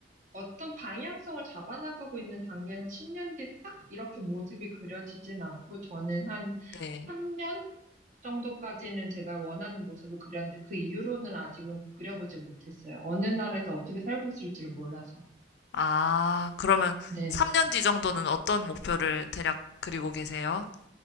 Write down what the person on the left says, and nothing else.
네.
아, 그러면
3년 뒤 정도는 어떤 목표를 대략 그리고 계세요?